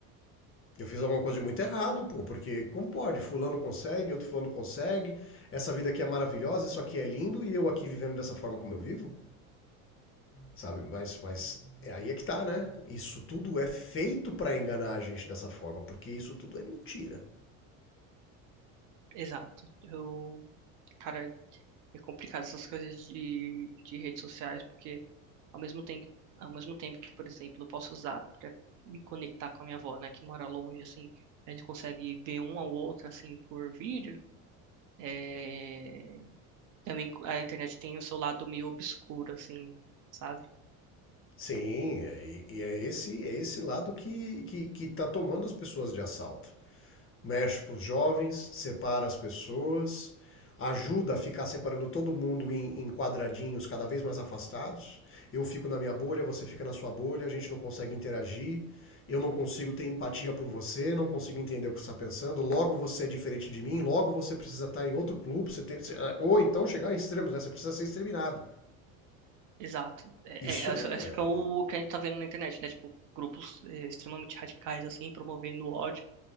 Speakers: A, on the left; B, on the right.
A: Eu fiz alguma coisa de muito errado, pô, porque como pode? Fulano consegue, outro fulano consegue, essa vida aqui é maravilhosa, isso aqui é lindo, e eu aqui vivendo dessa forma como eu vivo, sabe? Mas, mas é aí é que tá, né? Isso tudo é feito para enganar a gente dessa forma, porque isso tudo é mentira.
B: exato. Eu. Cara, é complicado essas coisas de, de redes sociais, porque ao mesmo tempo, ao mesmo tempo que, por exemplo, eu posso usar para me conectar com a minha avó, né, que mora longe, assim, a gente consegue ver um ao outro, assim, por vídeo, é... também a internet tem o seu lado meio obscuro, assim, sabe?
A: Sim, é- e e é esse, é esse lado que que que está tomando as pessoas de assalto. Mexe com os jovens, separa as pessoas, ajuda a ficar separando todo mundo em, em quadradinhos cada vez mais afastados. Eu fico na minha bolha, você fica na sua bolha, a gente não consegue interagir, eu não consigo ter empatia por você, não consigo entender o que você está pensando, logo você é diferente de mim, logo você precisa estar em outro grupo, você tem- você- ou então chegar em extremos, né? Você precisa ser exterminado.
B: Exato. É,
A: Isso
B: é, isso
A: é,
B: é, isso que é o que a gente tá vendo na internet, né? Tipo, grupos é, extremamente radicais, assim, promovendo ódio